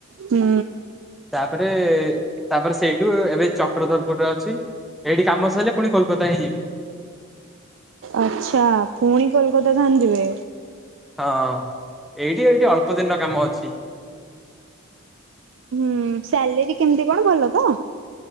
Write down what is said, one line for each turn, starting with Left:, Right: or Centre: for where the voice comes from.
Right: ହୁଁ
Centre: ତାପରେ ତାପରେ ସେଇଠୁ, ଏବେ ଚକ୍ରଧରପୁରରେ ଅଛି। ଏଇଠି କାମ ସରିଲେ ପୁଣି କୋଲକାତା ହିଁ ଯିବି।
Right: ଆଚ୍ଛା, ପୁଣି କୋଲକାତା ତାହେନେ ଯିବେ।
Centre: ହଁ ଏଇଠି, ଏଇଠି ଅଳ୍ପ ଦିନର କାମ ଅଛି।
Right: ହୁଉଁ, ସାଲେରୀ କେମିତି କଣ ଭଲ ତ?